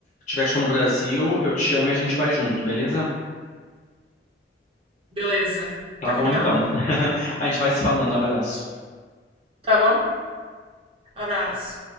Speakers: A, on the left; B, on the right.
A: tiver show no Brasil, eu te chamo e a gente vai junto, beleza?
B: Beleza.
A: Tá
B: Tá
A: bom
B: combinado.
A: então. <laughs> A gente vai se falando. Abraço.
B: Tá bom? Abraço.